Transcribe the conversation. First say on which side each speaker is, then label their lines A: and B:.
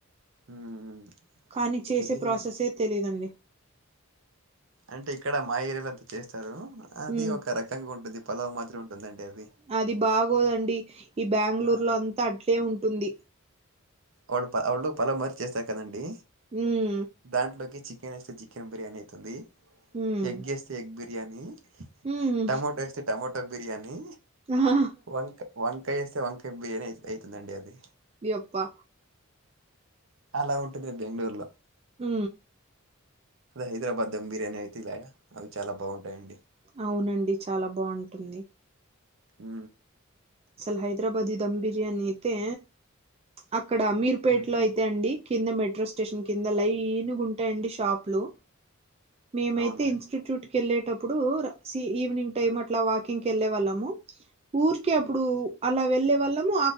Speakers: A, on the right (about 60°); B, on the right (about 30°).
A: మ్మ్
B: కానీ చేసే
A: బిర్యానీ
B: ప్రాసెసే. తెలీదండి.
A: అంటే ఇక్కడ మాయరలంతా చేస్తారు అది
B: ఉమ్
A: ఒక రకంగా ఉంటది. పలావ్ మాదిరి ఉంటుందండి అది.
B: అది బాగోదండి ఈ బెంగళూరు
A: ఆ
B: లో అంతా అట్లే ఉంటుంది.
A: వాళ్ళు వాళ్ళు పలంమరి చేస్తారు కదండి.
B: ఉ.
A: దాంట్లోకి చికెన్ వేస్తే చికెన్ బిర్యానీ అవుతుంది
B: ఉమ్
A: ఎగ్ వేస్తే ఎగ్ బిర్. బిర్యాని
B: ఉమ్
A: టమోటో వేస్తే టమోటో బిర్యాని
B: ఆహా
A: వంక వం. కాయ చేస్తే వంకాయ బిర్యానీ అయి అవుతుందండి అది
B: ఇ అప్పా.
A: అలా ఉంటది బెంగళూర్ లో.
B: ఉ.
A: హైదరాబాద్ దమ్ బిర్యానీ అయితే ఇలాయా అవి చాలా బాగుంటాయియండి.
B: అవునండి చాలా బాగుంటుంది.
A: ఉ
B: అసలు హైదరాబాద్ ధమ్ బిర్యానీ అయితే అక్కడ అమీర్ పేట్
A: హుహు
B: అయితే అండి. కింద మెట్రో స్టేషన్ కింద లైనుగుమ్టాయండి షాపులు. మేమైతే
A: అవునా
B: ఇన్స్టిట్యూట్ కెళ్ళేటప్పుడు సి ఈవినింగ్ టైమ్
A: ఆ
B: అట్లా వాకింగ్. ఇంకెళ్ళే వాళ్ళము ఊరి కె
A: హ్మ్
B: అప్పుడు. అలా వెళ్లే వాళ్ళము